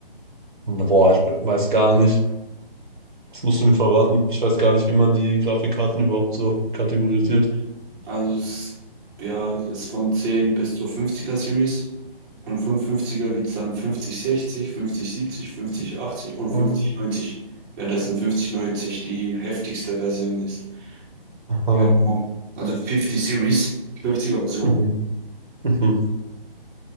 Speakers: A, on the right; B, on the right.
A: boah, ich be- weiß gar nicht. Das musst du mir verraten. Ich weiß gar nicht, wie man die Grafikkarten überhaupt so kategorisiert.
B: Also es, ja, es ist von 10 bis zur 50er Series. Und von 50er gibt es dann 5060, 5070, 5080 und 5090,
A: Ähm,
B: währenddessen 5090 die heftigste Version ist.
A: Aha.
B: Ja, Genau. Also 50 Series, 50er Version.
A: Mhm. Mhm.